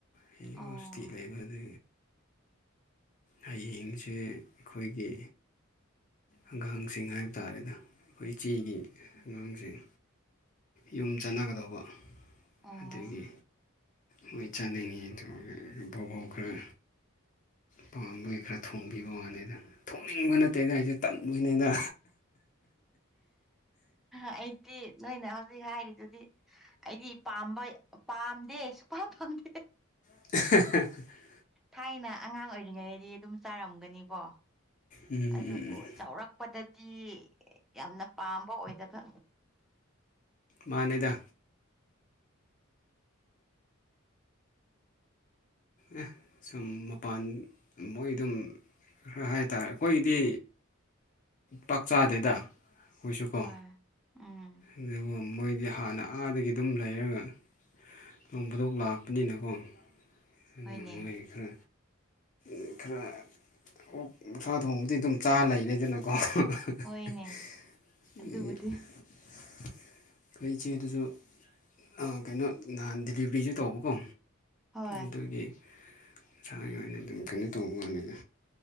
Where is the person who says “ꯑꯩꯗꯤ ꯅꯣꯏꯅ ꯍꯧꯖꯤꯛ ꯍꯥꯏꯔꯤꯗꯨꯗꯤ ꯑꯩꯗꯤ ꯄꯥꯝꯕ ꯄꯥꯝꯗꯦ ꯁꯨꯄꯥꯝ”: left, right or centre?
Centre